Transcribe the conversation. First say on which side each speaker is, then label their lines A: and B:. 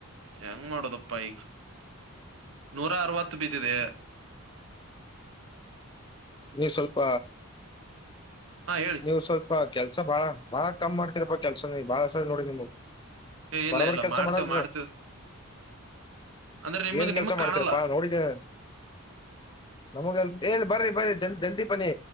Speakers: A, on the right (about 65°); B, on the left (about 20°).
A: ಹೆಂಗ್ ಮಾಡೋದಪ್ಪಾ ಈಗ ನೂರ ಅರವತ್ತು ಬಿದ್ದಿದೆ.
B: ನೀ ಸ್ವಲ್ಪ
A: ಹಾ ಹೇಳಿ.
B: ನೀವು ಸ್ವಲ್ಪ ಕೆಲ್ಸ ಬಾಳ ಬಾಳ ಕಮ್ ಮಾಡ್ತೀರಪ್ಪಾ ಕೆಲ್ಸ ಬಾಳಸ ನೋಡಿ ನಿಮ್ವು
A: ಏ
B: ಬಡಾ
A: ಇಲ್ಲ
B: ಬಡಾ
A: ಇಲ್ಲ
B: ಕೆಲಸ
A: ಮಾಡ್ತೇವ್
B: ಮಾಡಲ್ ರೀ
A: ಮಾಡ್ತೇವ್
B: ನಾವು
A: ಅಂದ್ರೆ ನಿಮಗ್
B: ಏನ್
A: ನಿಮಗ್
B: ಕೆಲ್ಸ ಮಾಡ್ತೀರಪ್ಪಾ
A: ಕಾಣಲ್ಲ
B: ನೋಡಿದ್ದೇನೆ. ನಮಗ ಎ ಬರಿ ಬರೀ ಜಲ್ ಜಲ್ದಿ ಪನ್ನಿ